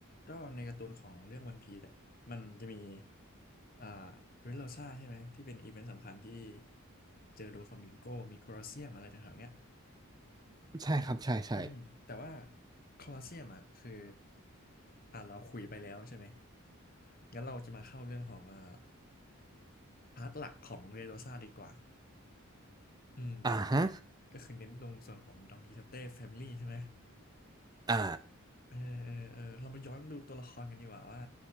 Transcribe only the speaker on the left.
ก็ในการ์ตูนของเรื่องวันพีซอะมันจะมีอ่าเดรสโรซ่าใช่ไหมที่เป็นอีเวนต์สำคัญที่เจอโดฟลามิงโกมีโคลอสเซียมอะไรแถวๆเนี้ย
อืมแต่ว่าโคลอสเซียมอ่ะคืออ่าเราคุยไปแล้วใช่ไหมงั้นเราจะมาเข้าเรื่องของอ่าพาร์ทหลักของเดรสโรซ่าดีกว่าอืม
ก็คือเน้นตรงส่วนของดองกิโชเต้แฟมิลี่ใช่ไหม
เออเออเออเรามาย้อนดูตัวละครกันดีกว่าว่า